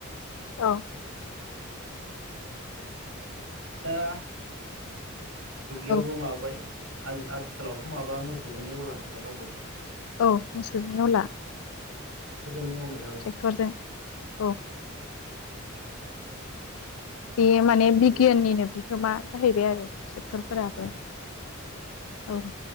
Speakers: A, on the left; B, on the right.
A: औ।
B: दा दुब्लियावबो
A: औ
B: माबाबाय । आ-आथिखालावथ‌ माबा मोसौजों एवला नालाय रावबो।
A: औ मोसौजों एवला।
B: <unintelligible> जोंनो एवनाय जाबाय
A: ट्रेक्टरजों
B: आरो।
A: औ बेयो माने बिगियाननिनो
B: दा
A: बिहोमा। <unintelligible> ट्रेक्टरफोराबो।
B: औ
A: औ।